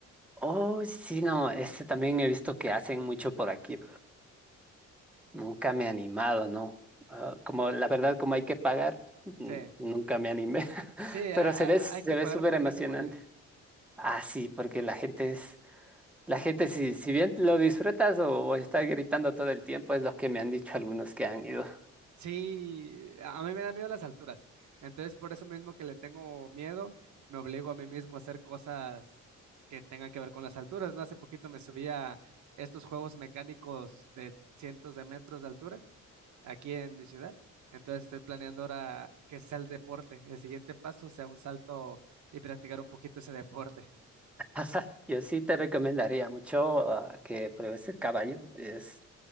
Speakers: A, in the centre; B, on the right.
A: oh, sí, no, este también he visto que hacen mucho por aquí. Nunca me he animado, ¿no? Ah, como la verdad, como hay que pagar, n-
B: Sí,
A: nunca me animé. <laughs>
B: sí,
A: Pero
B: a-
A: se ve,
B: a- hay
A: se
B: que
A: ve
B: pagar
A: súper
B: por
A: emocionante.
B: casi morir.
A: Ah, sí, porque la gente es, la gente si, si bien lo disfrutas o, o estás gritando todo el tiempo, es lo que me han dicho algunos que han ido.
B: Sí, a a mí me da miedo las alturas. Entonces por eso mismo que le tengo miedo, me obligo a mí mismo a hacer cosas que tengan que ver con las alturas, ¿no? Hace poquito me subí a estos juegos mecánicos de cientos de metros de altura. aquí en mi ciudad. Entonces estoy planeando ahora que ese sea el deporte. El siguiente paso sea un salto y practicar un poquito ese deporte.
A: <laughs> Yo sí te recomendaría mucho ah, que pruebes el caballo. Es